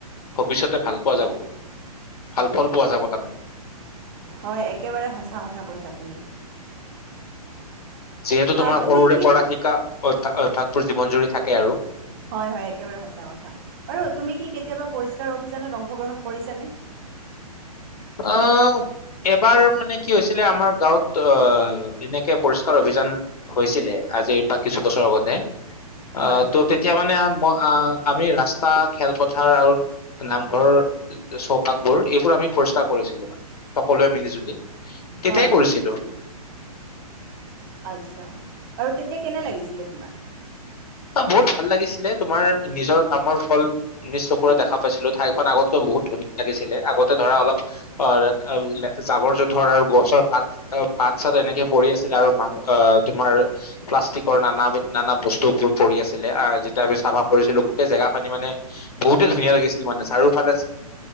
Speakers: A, on the left; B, on the right.
A: ভৱিষ্যতে ভাল পোৱা যাব ভাল ফল পোৱা যাব তাৰমানে।
B: হয় একেবাৰে সঁচা কথা কৈছা তুমি।
A: যিহেতু তোমাৰ
B: আহ তুমি
A: সৰুৰে
B: কি
A: পৰা শিকা। অভ্্যাস অভ্যয়াসবোৰ জীৱন জুৰি থাকে আৰু <unintelligible>
B: হয় হয় একেবাৰে সঁচা কথা বাৰু তুমি কি কেতিয়াবা পৰিষ্কাৰ অভিযানত অংশগ্ৰহণ কৰিছানে?
A: আহ এবাৰ মানে কি হৈছিলে আমাৰ গাঁৱত আহ এনেকে পৰিষ্কাৰ অভিযান হৈছিলে আজিৰ পৰা কিছু বছৰৰ আগতে। অ,
B: হয়
A: ত তেতিয়া। মানে আমি, ৰাস্তা খেলপথাৰ আৰু নামঘৰ চৌপাশবোৰ এইবোৰ আমি। পৰিষ্কাৰ কৰিছিলো মানে সকলোৱে মিলি জুলি। তেতিয়াই
B: হয়,
A: কৰিছিলো
B: আচ্ছা আৰু তেতিয়া কেনে লাগিছিলে? নাই।
A: অ, বহুত ভাল লাগিছিলে তোমাৰ নিজৰ কামৰ ফল নি চকুৰে দেখা পাইছিলো ঠাইখন আগতকৈ বহুত ধুনীয়া লাগিছিলে আগতে ধৰা অলপ অ জাবৰ জোথৰ আৰু গছৰ পাত পাত চাত এনেকে পৰি আছিলে আৰু মানু আহ তোমাৰ প্লাষ্টিকৰ নানা নানা বস্তু বোৰ। পৰি আছিলে, আহ যেতিয়া আমি চাফা কৰিছিলো গোটেই জেগা খিনি মানে বহুতে ধুনীয়া লাগিছিল মানে। চাৰিওফালে